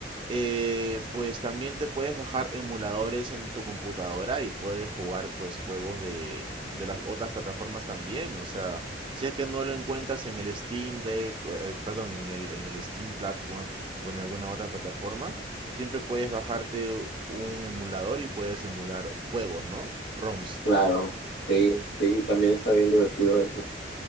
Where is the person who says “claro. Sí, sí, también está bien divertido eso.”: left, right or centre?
Left